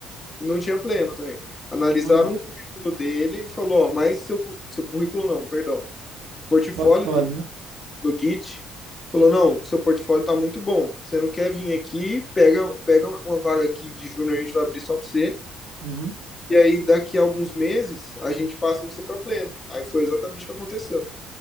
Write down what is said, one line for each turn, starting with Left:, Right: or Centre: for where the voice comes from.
Left: Não tinha pleno também. Analisaram
Right: Hum.
Left: o currículo dele e falou: ó, mas seu, seu currículo não, perdão. Portfólio
Right: Portfólio,
Left: dele
Right: né?
Left: no Git. Falou: não, seu portfólio tá muito bom. Você não quer vir aqui, pega, pega uma vaga aqui de júnior, a gente vai abrir só para você.
Right: Uhum.
Left: E aí, daqui a alguns meses, a gente passa você para pleno. Aí foi exatamente o que aconteceu.